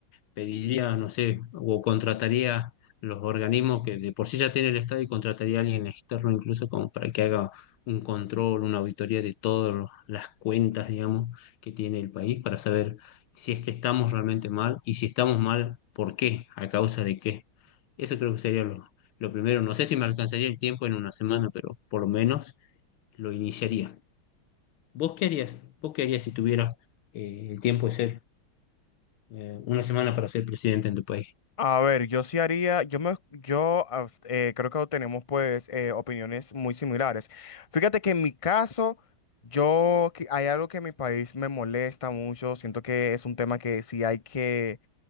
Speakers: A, on the left (about 80°); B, on the left (about 20°).
A: pediría, no sé, o contrataría los organismos que de por sí ya tiene el Estado y contrataría a alguien externo incluso como para que haga un control, una auditoría de todas las cuentas, digamos, que tiene el país para saber si es que estamos realmente mal y si estamos mal, ¿por qué? ¿A causa de qué? Eso creo que sería lo, lo primero. No sé si me alcanzaría el tiempo en una semana, pero por lo menos lo iniciaría. ¿Vos qué harías? ¿Vos qué harías si tuvieras eh, el tiempo de ser eh, una semana para ser presidente en tu país?
B: A ver, yo sí haría, yo me, yo ah, eh, creo que tenemos pues eh, opiniones muy similares. Fíjate que en mi caso, yo que- hay algo que en mi país me molesta mucho. Siento que es un tema que sí hay que